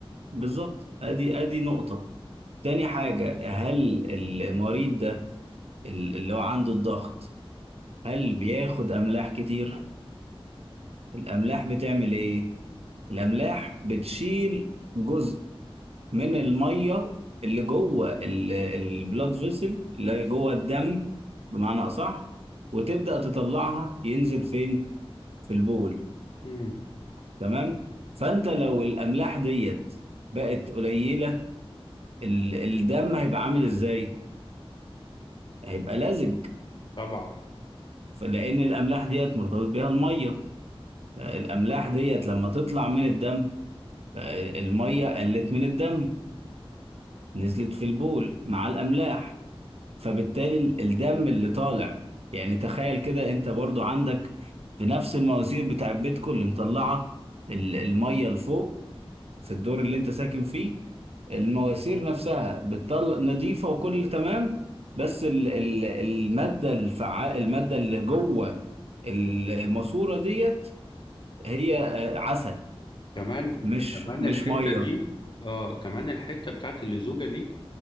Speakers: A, on the right; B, on the left.
A: بالظبط ادي ادي نقطة تاني حاجة هل المريض ده ال- اللي هو عنده الضغط هل بياخد أملاح كتير؟ الأملاح بتعمل إيه؟ الأملاح بتشيل جزء من الميه اللي جوه البلاد فيسل اللي هي جوه الدم بمعنى اصح وتبدا تطلعها ينزل فين في البول
B: مم.
A: تمام فانت لو الاملاح ديت بقت قليله ال- الدم هيبقى عامل ازاي هيبقى لزج
B: طبعا
A: فلان الاملاح ديت مرتبط بيها الميه الاملاح ديت لما تطلع من الدم الميه قلت من الدم نزلت في البول مع الاملاح فبالتالي ال- الدم اللي طالع يعني تخيل كده انت برضو عندك في نفس المواسير بتاع بيتكم اللي مطلعه ال- الميه لفوق في الدور اللي انت ساكن فيه المواسير نفسها بتطلع نظيفه وكل تمام بس ال ال الماده الفعال الماده اللي جوه الماسوره ديت هي آه، عسل
B: كمان
A: مش
B: كمان
A: مش
B: الحتة
A: ميه
B: دي اه كمان الحتة بتاعت اللزوجة دي